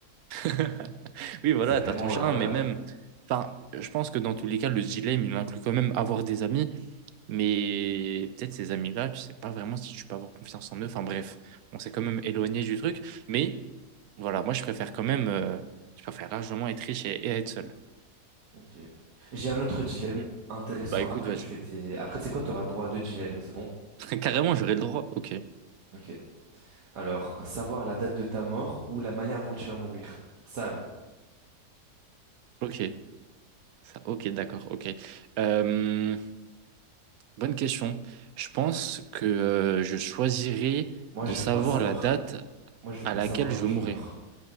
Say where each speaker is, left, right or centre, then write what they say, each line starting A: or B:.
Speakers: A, on the right; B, on the right.
A: <laughs> Oui, voilà,
B: c'est vraiment
A: t'as ton chien,
B: euh, voilà.
A: mais même, enfin, je pense que dans tous les cas, le dilemme, il inclut quand même avoir des amis, mais peut-être ces amis-là, tu sais pas vraiment si tu peux avoir confiance en eux. Enfin bref, on s'est quand même éloigné du truc, mais voilà, moi, je préfère quand même, euh, je préfère largement être riche et, et être seul.
B: Ok. J'ai un autre dilemme
A: Et-
B: intéressant.
A: Bah écoute,
B: Après
A: vas-y.
B: tu fais tes, après c'est quoi? T'auras le droit à deux dilemmes, c'est bon?
A: <laughs> Carrément, j'aurais le droit. Ok,
B: Ok. Alors, savoir la date de ta mort ou la manière dont tu vas mourir. Sale.
A: ok, ça, ok, d'accord, ok. Euh, bonne question. Je pense que euh, je choisirais
B: Moi,
A: de
B: je
A: savoir
B: veux pas savoir.
A: la date
B: Moi, je veux
A: à
B: pas
A: laquelle
B: savoir
A: je
B: quand je
A: mourrai.
B: meurs.